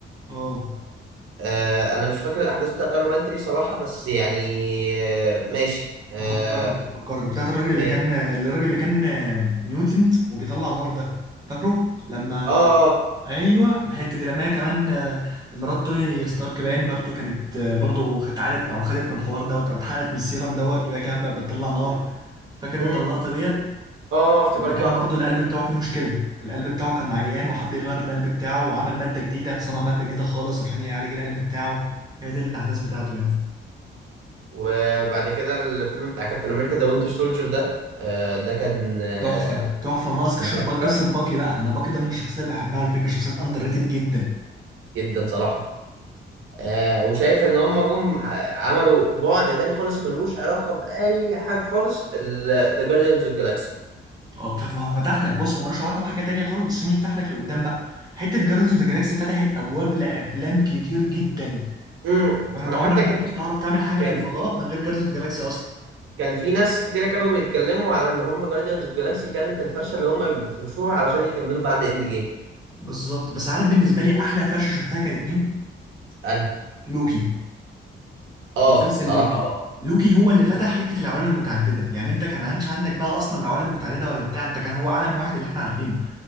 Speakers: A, on the right; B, on the right.
A: اه
B: آه، انا مش فاكر الاحداث بتاعت ايرون مان 3 صراحه بس يعني آه، ماشي آه،
A: هفكرك هفكرك بتاعت الراجل
B: ماشي
A: اللي كان الراجل اللي كان ميوتنت وبيطلع نار ده فاكره لما
B: اه اه
A: ايوه الحته دي لما هي كمان آه، مرات توني ستارك باين برضو كانت آه، برضو اتعادت او خدت من الحوار دوت او اتحرقت من السيرم دوت وهي كمان بقى بتطلع نار فاكر
B: مم،
A: انت اللقطه ديت
B: اه آه، افتكرتها
A: لما كان
B: افتكرت
A: برضو القلب بتاعه فيه مشكله القلب بتاعه كان عيان وحب يغير القلب بتاعه وعمل ماده جديده صنع ماده جديده خالص عشان يعالج القلب بتاعه هي دي الاحداث بتاعته يعني
B: وبعد كده الفيلم بتاع كابتن امريكا ذا وينتر سولجر ده آه، ده كان آه،
A: تحفه تحفه وناقص
B: كان تحفه
A: قصه باكي بقى انا باكي ده من الشخصيات اللي بحبها على فكره شخصيات اندر ريتد جدا
B: جدا صراحه آه، وشايف ان هم جم ع- عملوا بعد تاني خالص ملوش علاقه باي حاجه خالص ذا جارديانز اوف جالاكسي
A: اه طب ما هو فتح لك بص هو ملوش علاقه بحاجه تانية خالص بس عشان يفتح لك لقدام بقى حته جاردنز اوف ذا جالاكسي فتحت ابواب لافلام كتير جدا
B: امم
A: فاهم انت
B: انا
A: عمرك
B: حتى
A: ما
B: كان
A: كنت
B: في
A: تعرف تعمل حاجه
B: كان
A: في الفضاء
B: في
A: من غير جاردنز اوف ذا جالاكسي اصلا
B: كان في ناس كتيرة كانوا بيتكلموا على ان هم جارديانز اوف جالاكسي كانت الفرشه اللي هم بيفرشوها علشان يكملوا بعد اند جيم
A: بالظبط بس عارف بالنسبه لي احلى فرشه شفتها كانت مين
B: انا
A: لوكي
B: اه
A: مسلسل
B: بصراحه
A: لوكي
B: اه
A: لوكي هو اللي فتح حته العوالم المتعدده يعني انت كان عادش عندك بقى اصلا العوالم المتعدده ولا بتاع انت كان هو عالم واحد اللي احنا عارفينه